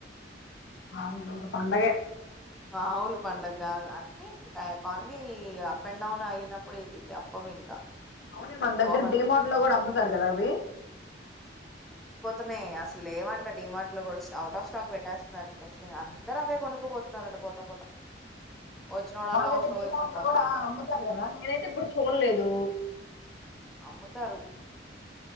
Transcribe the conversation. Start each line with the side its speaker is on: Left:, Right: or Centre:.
Left: ఆంట పండగే
Centre: మావులి పడుగగాదు అంటే ఇంకా ఎకానమీ అప్ అండ్ డౌన్ అయినప్పుడు ఇది తప్పవు ఇంకా
Left: అవును మన దగ్గర
Centre: ఒకడు
Left: డిమార్ట్ లో కూడా అమ్ముతారు కదా అవి
Centre: న్నాయి అసలు లేవంట డిమార్ట్ లో కూడా అవుట్ ఆఫ్ స్టాక్ పెట్టేస్తున్నారు ఇండస్ట్రీ అందరు అవే కొనుక్కపో న్నారండి పోతా పోతా వచ్చినోడల్లా
Left: మాళ్ళగైతే
Centre: ఒక స్టవ్
Left: డి
Centre: ఎత్తుకొని
Left: మోట్ లో
Centre: పోతున్నారంట
Left: కూడా అమ్ముతారు కదా నేనైతే ఇప్పుడు చూడలేదు
Centre: అమ్ముతారు